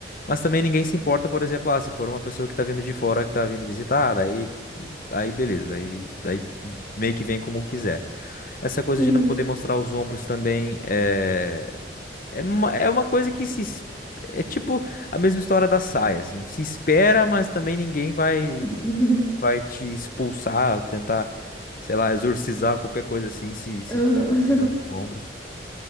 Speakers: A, on the left (about 50°); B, on the left (about 15°).
A: Mas também ninguém se importa, por exemplo, ah, se for uma pessoa que tá vindo de fora, que tá vindo visitar, daí, aí beleza, daí, daí meio que vem como quiser. Essa coisa
B: uhum.
A: de não poder mostrar os ombros também é, é, uma, é uma coisa que se. es- É tipo a mesma história da saia, assim. Se espera, mas também ninguém vai,
B: <laughs>
A: vai te expulsar, tentar, sei lá, exorcizar, qualquer coisa assim, se, se
B: Aham.
A: tiver mostrando os ombros.